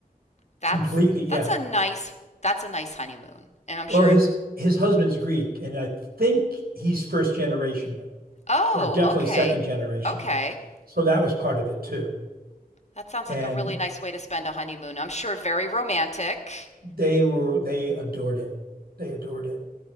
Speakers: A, on the left; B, on the right.
A: That's
B: Completely, yeah.
A: that's a nice that's a nice honeymoon. And I'm
B: Well,
A: sure
B: his his husband's Greek, and I think he's first generation
A: Oh,
B: or definitely
A: okay.
B: second generation.
A: Okay.
B: So that was part of it too.
A: That sounds
B: And
A: like a really nice way to spend a honeymoon. I'm sure very romantic.
B: they were they adored it. They adored it.